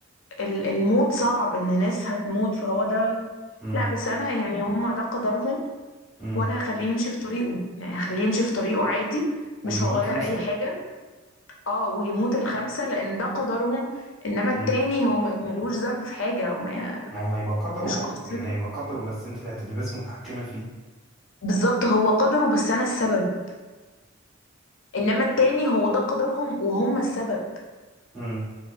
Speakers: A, on the left; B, in the centre.
A: ال- الموت صعب ان ناس هتموت فهو ده
B: امم
A: لا بس انا يعني هم ده قدرهم
B: امم
A: وانا هخليه يمشي في طريقه يعني هخليه يمشي في طريقه عادي مش
B: ويموت
A: هغير
B: خمسه
A: اي حاجه اه ويموت الخمسه لان ده قدرهم انما التاني
B: امم
A: هو م- ملوش ذنب في حاجه ما
B: ما هو هيبقى قدره
A: مش
B: برضه
A: قصته
B: يعني هيبقى قدره بس انت اللي هتبقي بس متحكمه فيه
A: بالظبط هو قدره بس انا السبب انما التاني هو ده قدرهم وهم السبب
B: امم